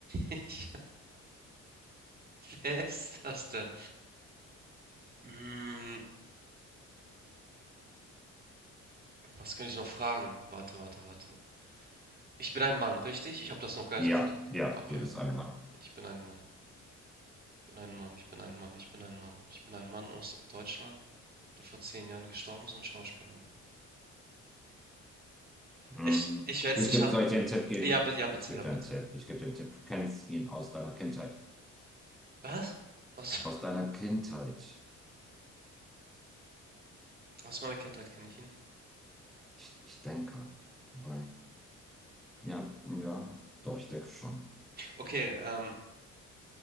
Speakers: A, on the right; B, in the centre.
A: <laughs> ich, wer ist das denn? Mm, Was kann ich noch fragen? Warte, warte, warte. Ich bin ein Mann, richtig? Ich habe das noch gar nicht
B: Ja,
A: gefragt.
B: ja,
A: Okay,
B: du bist einmal.
A: ich bin ein Mann. Ich bin ein Mann, ich bin ein Mann, ich bin ein Mann. Ich bin ein Mann aus Deutschland, der vor zehn Jahren gestorben ist und Schauspieler war.
B: Hm.
A: Ich, ich werde
B: Ich
A: es nicht
B: gebe,
A: lassen.
B: soll ich dir einen Tipp geben?
A: Ja, bitte, ja, bitte,
B: Ich gebe
A: ja,
B: dir
A: bitte.
B: einen Tipp. Ich gebe dir einen Tipp. Du kennst ihn aus deiner Kindheit.
A: Was? Aus, <laughs>
B: Aus deiner Kindheit.
A: aus meiner Kindheit kenne ich ihn.
B: Ich, ich denke. Wobei. Ja, ja, doch, ich denke schon.
A: Okay, ähm,